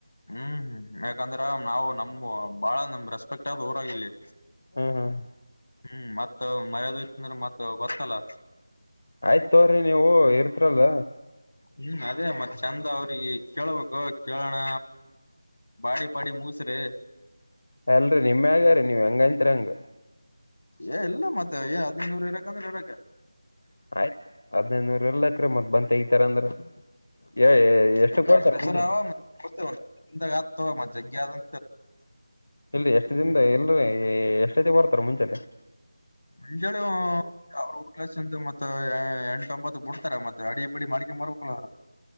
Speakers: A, on the left; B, on the left.
A: ಹ್ಮ್ ಹ್ಮ್ ಯಾಕಂದ್ರ ನಾವು ನಮ ಬಾಳ ನಮ ರೆಸ್ಪೆಕ್ಟ್ ಆದ್ ಊರಾಗಿಲ್ಲಿ
B: ಹ್ಮ್ ಹ್ಮ್
A: ಹ್ಮ್ ಮತ್ ಮರ್ಯಾದ ಇಯ್ತ ಅಂದ್ರೆ ಮತ್ ಗೊತ್ತಲ್ಲ
B: ಆಯ್ತ್ ತೋರಿ ನೀವು ಇರ್ತಿರಲ್ಲ
A: ಹ್ಮ್ ಅದೇ ಮತ್ ಚಂದ ಅವ್ರಿಗೆ ಕೇೇಳಬೇಕು ಕೇಳೋಣ ಬಾಡಿ ಪಾಡಿ ಮೂಗಸರು
B: ಅಲ್ರಿ ನಿಮ ಆಗಾರಿೀ ನೀವ್ ಹೆಂಗತ್ ಹಂಗ
A: ಏ ಎಲ್ಲ ಮತ್ತೆ ಏ ಹದ್ಿನೈನೂರ ಇರಾಕ್ಂದ್ರೆ ಇರಾಕ್ಕ
B: ಆಯ್ತು ಹದ್ೈದುನೂರ್ ಎಲ್ಲಾಕ್ರ ಮತ್ ಬಂತತ್ ಹ ಈತರ ಅಂದ್ರ ಏ ಎಷ್ಟಕ್ ಬರ್ತಾರ
A: ಎಡ್ ಕೆಸರ
B: ಮುಂಜಾನೆ
A: ಹಂದಾಗತ ಮ ಜಜ್ಞ ಅ
B: ಇಲ್ಲಿ ಎಷ್ಟು ದಿನದ ಎಲ್ಲ ಎಷ್ಟಐತಿ ಬರ್ತಾರ ಮುಂಚೆ
A: ಮಂಜಳು ಅವ ಲಕ್ಷಂದು ಮತ್ತ ಎಂಟೊಂಬತ್ತು ಬಿಡ್ತಾರೆ ಮತ್ತೆ ಅಡಿ ಬಡಿ ಮಾಳಿಕೆಂಬರಲ್ಲ